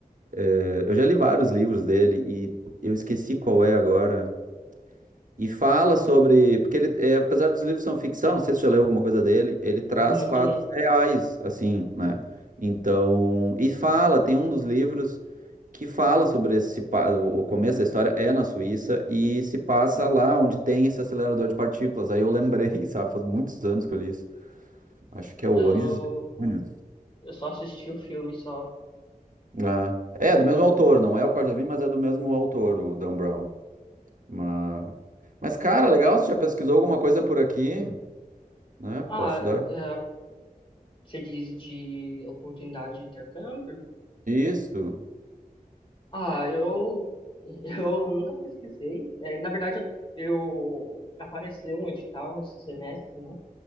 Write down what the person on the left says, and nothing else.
Nunca
li.
Eu,
eu só assisti o filme, só.
Ah,
é, você diz de oportunidade de intercâmbio?
Ah, eu, <laughs> eu nunca pesquisei. É, na verdade, eu, eu- apareceu um edital esse semestre, né?